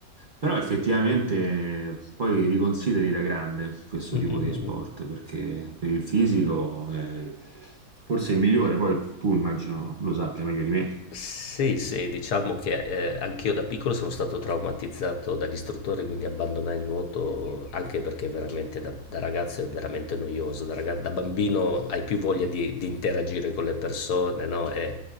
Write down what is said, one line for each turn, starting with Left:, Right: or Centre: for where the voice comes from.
Right: Però effettivamente poi riconsideri da grande questo
Left: Mm,
Right: tipo
Left: mm, mm.
Right: di sport,
Left: mm.
Right: perché per il fisico è forse è il migliore, poi tu immagino lo sappia meglio di me.
Left: Sì, sì, diciamo che eh, anch'io da piccolo sono stato traumatizzato dagli istruttori, quindi abbandonai il nuoto anche perché veramente da, da ragazzo è veramente noioso. Da, raga- da bambino hai più voglia di, di interagire con le persone, no? E-